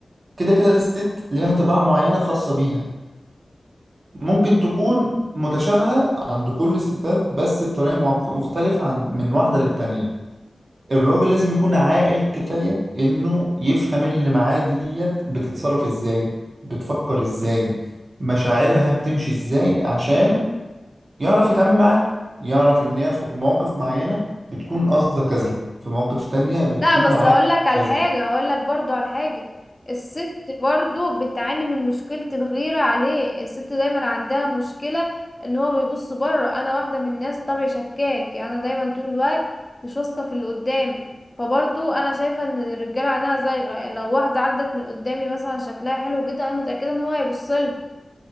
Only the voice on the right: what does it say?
كده كده الست ليها طباع معينه خاصه بيها ممكن تكون متشابهة عند كل الستات بس بطريقة مع- مختلفة عن من واحدة للتانية الراجل لازم يكون عاقل كفاية إنه يفهم اللي معاه ديت بتتصرف إزاي بتفكر إزاي مشاعرها بتمشي إزاي عشان يعرف يتعامل معاها يعرف إن هي في مواقف معينة بتكون قصدها كذا في مواقف تانية بتكون
عايزة
كذا